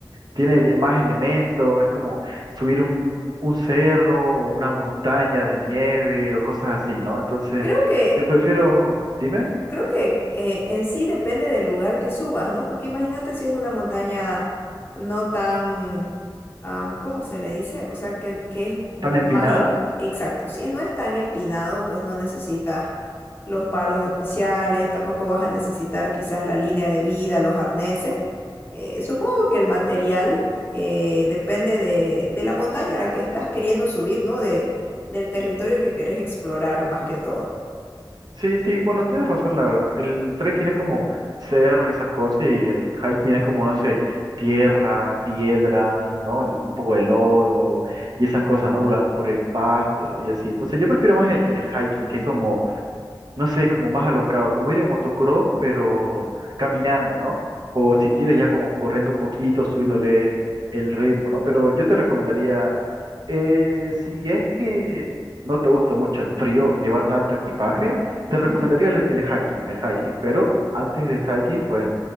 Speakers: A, on the right; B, on the left.
A: tiene ye- más elementos, es como subir un, un cerro o una montaña de nieve o cosas así, ¿no? Entonces,
B: creo que...
A: eh, prefiero, dime,
B: Creo que eh, en sí depende del lugar que subas, ¿no? Porque imagínate si es una montaña no tan, am, ¿cómo se le dice? O sea, que, que es m-
A: ¿tan empinada?
B: más ex- exacto. Si no es tan empinado, pues no necesitas los palos especiales, tampoco vas a necesitar quizás la línea de vida, los arneses. Eh, supongo que el material eh, depende de, de la montaña a la que estás queriendo subir, ¿no? De, del territorio que querés explorar más que todo.
A: Sí, sí, bueno, tienes razón, la verdad. El trekking es como cerro y esas cosas y el hiking es como, no sé, tierra, piedra, ¿no? L- Un poco de lodo y esas cosas, ¿no? Dura- por el pasto y así. Entonces, yo prefiero más el, el hiking, que es como no sé, como más alocado, como ir en motocross, pero caminando, ¿no? O si quieres ya como corriendo un poquito, subiéndole el ritmo, ¿no? Pero yo te recomendaría, eh, si es que no te gusta mucho el frío y llevar tanto equipaje,
B: Ujú.
A: te recomendaría el, el hiking, el hiking. Pero antes del hiking, pues